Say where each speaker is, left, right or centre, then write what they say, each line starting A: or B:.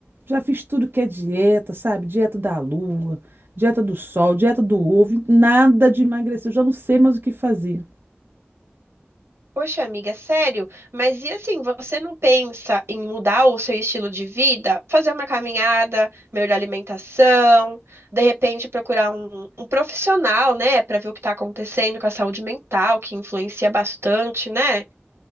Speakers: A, on the right (about 60°); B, on the right (about 80°).
A: Já fiz tudo que é dieta, sabe? Dieta da lua, dieta do sol, dieta do ovo. Nada de emagrecer. Eu já não sei mais o que fazer.
B: Poxa, amiga, sério? Mas e assim, você não pensa em mudar o seu estilo de vida? Fazer uma caminhada, melhorar a alimentação, de repente procurar um, um profissional, né, para ver o que está acontecendo com a saúde mental, que influencia bastante, né?